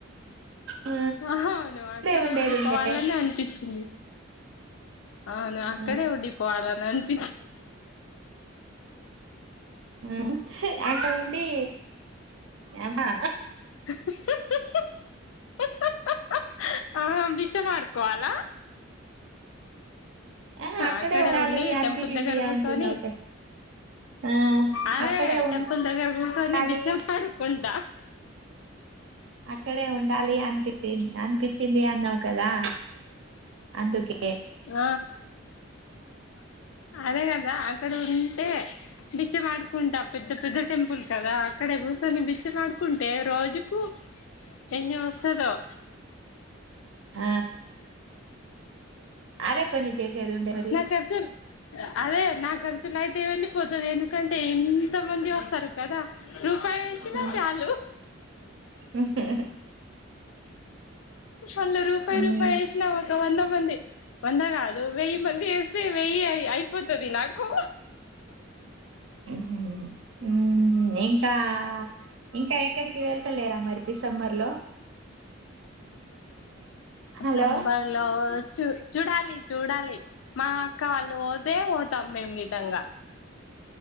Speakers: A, on the right; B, on the left.
A: ఆ
B: అహా అవును అక్కడే
A: ఉండేది
B: ఉండి
A: ఉండే
B: పోవాలనే అనిపించింది అవున ఆక్కడే
A: ఆ
B: ఉండి పోవాల నాన్ <inaudible>
A: ఉమ్ అక్కడ ఉండి అమా
B: <unintelligible> ఆ బిచ్చ మాడుకోవాలా
A: ఆ
B: అక్కడే
A: ఉండాలి
B: ఉండి
A: అనిపించింది
B: టెంపుల్ దగ్గర కూర్చొని
A: అంటున్నావు కదా ఆ
B: అదే
A: అక్కడే
B: టెంపుల్ దగ్గర కూర్చొని
A: ఉండాలి
B: బిచ్చం అడుక్కుంటా
A: అక్కడే ఉండాలి అనిపిస్ స్తి అనిపించింది అన్నావు కదా అందుకె
B: గ అదే కదా అక్కడ ఉంటే బిచ్చిమాడుకుంట ఆ పెద్ద పెద్ద టెంపుల్ కదా అక్కడే కూర్చొని బిచ్చిమాడుకుంటే రోజుకు ఎన్ని వస్తదో
A: ఆ అదే పని చేసేది ఉండే మరి
B: నా కా ర్ అదే నా కర్చ్లై తే వేళ్ళి పోతది ఎందుకంటే ఏం ఎంత మంది వస్తారు కదా రూపాయి వేసినా
A: హ
B: చాలు
A: ఊహు
B: వాళ్ళు రూపాయి
A: హ్మ్.
B: రూపాయి వేసినా ఒక వంద మంది వంద కాద్ నువ్వె వంది ఎస్తే వెయ్యి ఆయ పొతది నాకు
A: ఉహు మ్మ్ ఉమ ఇంకా ఇంక ఎక్కడికి క్కర్లేరా మరి డిసెంబర్లో హలో!
B: సెంబర్ లో చూ చూడాలి చూడాలి మా కాల్లు పోతే ఓటమ్మేమ్ విధంగా